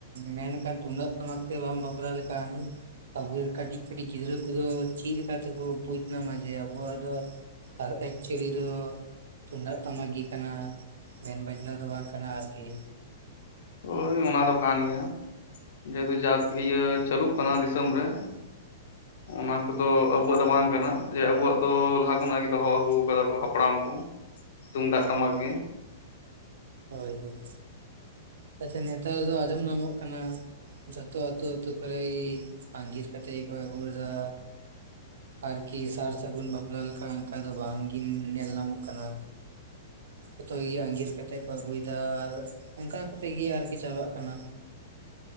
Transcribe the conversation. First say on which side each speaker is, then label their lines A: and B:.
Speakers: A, on the right (about 75°); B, on the left (about 60°).
A: ᱢᱮᱱᱠᱷᱟᱱ ᱛᱩᱢᱫᱟᱹᱜ ᱴᱟᱢᱟᱠ ᱛᱮ ᱵᱟᱢ ᱵᱟᱯᱞᱟ ᱞᱮᱠᱷᱟᱱ, ᱟᱵᱚ ᱨᱮᱱ ᱠᱟᱹᱴᱤᱡ ᱠᱟᱹᱴᱤᱡ ᱜᱤᱫᱽᱨᱟᱹ ᱠᱚᱫᱚ ᱪᱮᱫ ᱞᱮᱠᱟ ᱛᱮᱠᱚ ᱵᱩᱡᱽ ᱱᱟᱢᱟ ᱡᱮ ᱟᱵᱚᱣᱟᱜ ᱫᱚ ᱟᱨ ᱮᱠᱪᱩᱭᱟᱞᱤ ᱫᱚ ᱛᱩᱢᱫᱟᱜ ᱴᱟᱢᱟᱠ ᱜᱮ᱾ ᱠᱟᱱᱟ ᱵᱮᱱ ᱵᱟᱡᱽᱱᱟ ᱫᱚ ᱵᱟᱝ ᱠᱟᱱᱟ ᱟᱨᱠᱤ᱾
B: ᱦᱳᱭ ᱚᱱᱟ ᱫᱚ ᱠᱟᱱ ᱜᱮᱭᱟ ᱡᱮᱦᱮᱛᱩ ᱡᱟᱠ ᱤᱭᱟᱹ ᱪᱟᱹᱞᱩᱜ ᱠᱟᱱᱟ ᱫᱤᱥᱚᱢ ᱨᱮ ᱾
A: <inaudible>
B: ᱚᱱᱟ ᱠᱚᱫᱚ ᱟᱵᱩᱣᱟᱜ ᱫᱚ ᱵᱟᱝ ᱠᱟᱱᱟ, ᱡᱮ ᱟᱵᱩᱣᱟᱜ ᱫᱚ ᱞᱟᱦᱟ ᱠᱷᱚᱱᱟᱜ ᱜᱮ ᱫᱚᱦᱚ ᱟᱹᱜᱩ ᱠᱟᱫᱟ ᱠᱚ ᱦᱟᱯᱲᱟᱢ ᱠᱚ᱾ ᱛᱩᱢᱫᱟᱜ ᱴᱟᱢᱟᱠ ᱜᱮ᱾
A: ᱦᱳᱭ ᱦᱳᱭ, ᱯᱟᱪᱮ ᱱᱮᱛᱟᱨ ᱫᱚ ᱟᱸᱡᱚᱢ ᱧᱟᱢᱚᱜ ᱠᱟᱱᱟ᱾ ᱡᱚᱛᱚ ᱟᱹᱛᱩ ᱟᱹᱛᱩ ᱠᱚᱨᱮ ᱜᱤ ᱟᱸᱜᱤᱨ ᱠᱟᱛᱮ ᱜᱮᱠᱚ ᱟᱜᱩ ᱞᱮ ᱫᱟ᱾ ᱟᱨᱠᱤ ᱥᱟᱨ ᱥᱟᱹᱜᱩᱱ ᱵᱟᱯᱞᱟ ᱞᱮᱠᱟ ᱚᱱᱠᱟ ᱫᱚ ᱵᱟᱝᱜᱤᱱ ᱱᱮᱞ ᱧᱟᱢᱚᱜ ᱠᱟᱱᱟ᱾ ᱡᱚᱛᱚ ᱜᱮ ᱟᱸᱜᱤᱨ ᱠᱟᱛᱮ ᱠᱚ ᱟᱹᱜᱩᱭᱮᱫᱟ ᱟᱨ ᱚᱝᱠᱟ ᱠᱟᱛᱮ ᱜᱤ ᱟᱨᱠᱤ ᱪᱟᱵᱟᱜ ᱠᱟᱱᱟ᱾